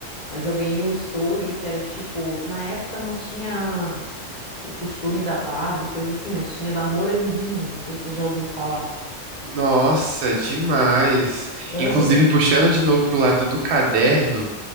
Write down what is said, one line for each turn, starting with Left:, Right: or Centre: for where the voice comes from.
Left: Mas eu ganhei um estojo que era tipo, na época não tinha o costume da Barbie, coisa assim, mas tinha da Moranguinho, não sei se você já ouviu falar.
Right: Nossa, demais.
Left: Aham,
Right: Inclusive, puxando de novo pro lado do caderno,